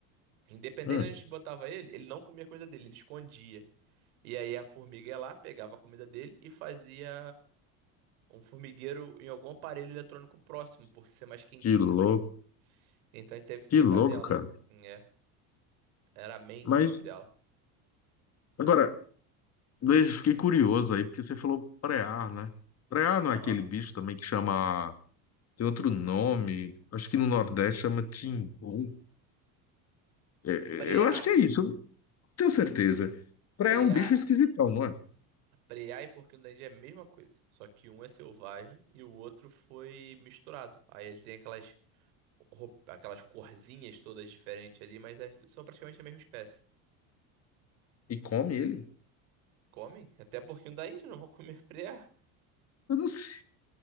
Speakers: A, on the right; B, on the left.
A: independente
B: Hum,
A: de onde a gente botava ele, ele não comia a comida dele, ele escondia. E aí a formiga ia lá, pegava a comida dele e fazia um formigueiro em algum aparelho eletrônico próximo, por ser mais quentinho.
B: que louco,
A: Então a gente teve que se
B: que
A: livrar
B: louco,
A: dela.
B: cara.
A: É, era Mandy
B: Mas,
A: o nome dela.
B: agora, Deixa- Fiquei curioso aí, porque você falou preá, né? Preá não
A: Aham.
B: é aquele bicho também que chama. Tem outro nome. Acho que no Nordeste chama timbu. É,
A: Preá
B: é, eu acho que é isso, eu não tenho certeza. Preá
A: Preá,
B: é um bicho esquisitão, não é?
A: preá e porquinho da Índia é a mesma coisa, só que um é selvagem e o outro foi misturado. Aí ele tem aquelas roup- aquelas corzinhas todas diferentes ali, mas as duas são praticamente a mesma espécie.
B: E come ele?
A: Comem? Até porquinho da Índia não vão comer <laughs> preá.
B: Eu não sei.